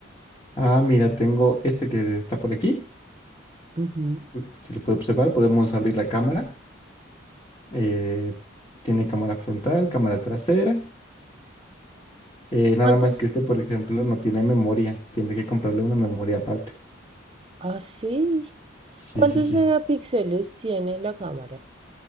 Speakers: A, on the left; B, on the right.
A: Ah, mira, tengo este que está por aquí.
B: Ujú.
A: Si lo puede observar, podemos abrir la cámara. Eh, tiene cámara frontal, cámara trasera. Eh, nada
B: ¿Cuántos?
A: más que este, por ejemplo, no tiene memoria. Tiene que comprarle una memoria aparte.
B: Ah, sí.
A: Sí,
B: ¿Cuántos
A: sí, sí.
B: megapíxeles tiene la cámara?